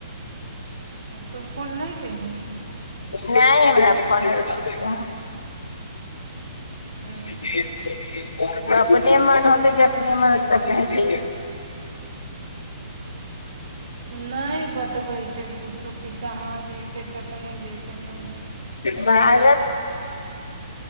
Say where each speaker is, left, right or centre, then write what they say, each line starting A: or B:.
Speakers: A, on the right; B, on the left.
A: तऽँ फोन नहि केल्ही की
B: नहि हमरा फोन एलोआ <unintelligible>
A: हँ
B: अपने मन होतै जखने मन होतै तखने
A: नहि बतबय छै किछु कि कहाँ जतय कखने जतय नहि जतय
B: बाजल